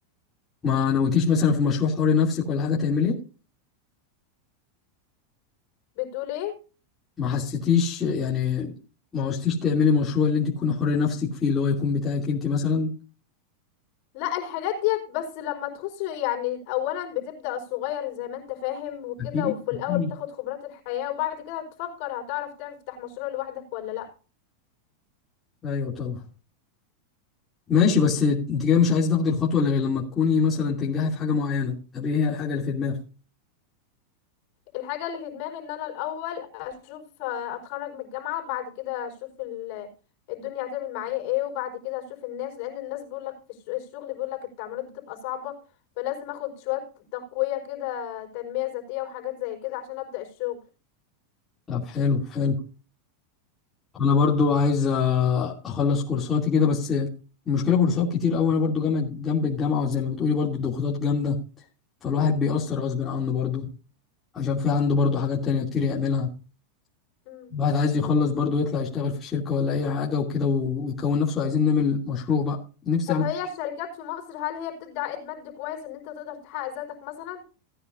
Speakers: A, on the left; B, on the left.
A: ما نويتيش مثلا في مشروع حر نفسك ولا حاجة تعمليه
B: بتقول ايه
A: ما حسيتيش يعني ما عوزتيش تعملي مشروع اللي انت تكوني حر نفسك فيه اللي هو يكون بتاعك انت مثلا
B: لا الحاجات ديت بس لما تخش يعني اولا بتبدأ الصغير زي ما انت فاهم وكده
A: أكيد
B: وفي الاول
A: أكيد
B: تاخد خبرات الحياة وبعد كده تفكر هتعرف تفتح مشروع لوحدك ولا لا
A: ايوه طبعا ماشي بس انت كده مش عايز تاخدي الخطوة الا غير لما تكوني مثلا تنجحي في حاجة معينة طب ايه هي الحاجة اللي في دماغك
B: الحاجة اللي في دماغي ان انا الاول اشوف آه، اتخرج من الجامعة بعد كده اشوف ال- الدنيا هتعمل معايا ايه وبعد كده اشوف الناس لان الناس بيقولك في الش- الشغل بيقولك التعاملات بتبقى صعبة فلازم اخد شوية تقوية كده تنمية ذاتية وحاجات زي كده عشان ابدأ الشغل
A: طب حلو حلو انا برضو عايز اه، اخلص كورساتي كده بس المشكلة كورسات كتير قوي انا برضو جنب جنب الجامعة وزي ما بتقولي برضو الضغوطات جامدة فالواحد بيأثر غصب عنه برضو عشان في عنده برضو حاجات تانية كتير يعملها
B: مم.
A: الواحد عايز يخلص برضو يطلع يشتغل في الشركة ولا اي حاجة وكده و- ويكون نفسه عايزين نعمل مشروع بقى نفسي
B: طب
A: اعمل
B: هي الشركات في مصر هل هي بتدي عائد مادي كويس ان انت تقدر تحقق ذاتك مثلا